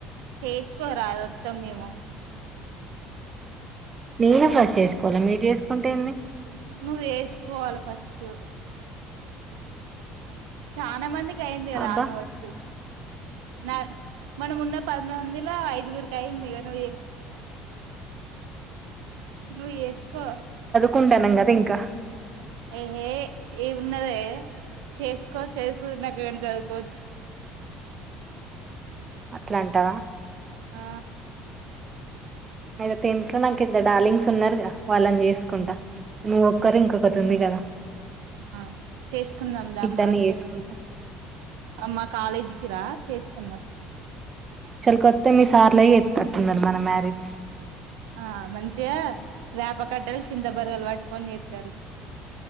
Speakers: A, on the right (about 85°); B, on the right (about 30°).
A: చేసుకోరాదు ఒత్తం మేము
B: నేనే ఫస్ట్ చేసుకోవాల మీరు చేసుకుంటే ఏంది
A: నువ్వు చేసుకోవాల ఫస్ట్ చానా మందికి కి అయింది కదా
B: అబ్బా
A: ఆల్మోస్ట్ నా మనం ఉన్న పదిమంది ల ఐదుగురుకి అయింది ఇగ నువ్వు చే నువ్వు చేసుకో
B: కుంటాన్నం కదా ఇంకా
A: ఏహే ఏమున్నదే చేసుకో చేసుకున్నంక చదువుకోవచ్చు
B: అట్లంటవా
A: ఆ
B: అయితే టెన్త్ లో నాకు ఇద్దరు డార్లింగ్స్ ఉన్నరుగా వాళ్ళని చేసుకుంట నువ్వొక్కరు ఇంకొకతి ఉంది కదా
A: ఆ చేసుకుందాం దా
B: ఇద్దరిని
A: మా హాస్టల్కి
B: చేసుకుంటా
A: మా కాలేజీకి రా చేసుకుందాం
B: కొత్తే మీ సార్లే చెత్తట్టున్నరు మన మ్యారేజ్
A: ఆ మంచిగా యాప్ కట్టేలు చింత బరిగెలు బట్టుకు కొని చేత్తరు